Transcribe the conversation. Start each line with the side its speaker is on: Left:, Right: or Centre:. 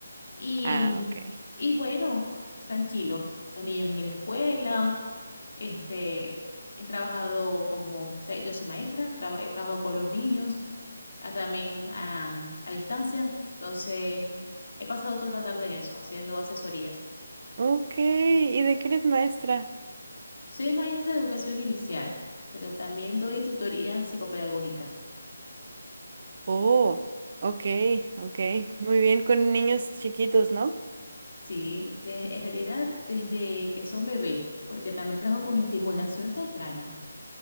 Left: Y,
Right: Ah,
Left: mm,
Right: ok.
Left: y bueno, tranquilo, con niños en la escuela, este, he trabajado como, o sea, yo soy maestra, traba- he trabajado con los niños, ah, también ah, a, distancia, entonces he pasado toda la tarde en eso, haciendo asesorías.
Right: Ok, ¿y de qué eres maestra?
Left: Soy maestra de educación inicial, pero también doy tutoría psicopedagógica,
Right: Oh, ok, ok. Muy bien, con niños chiquitos, ¿no?
Left: sí, de, en realidad desde que son bebés, porque también trabajo con estimulación temprana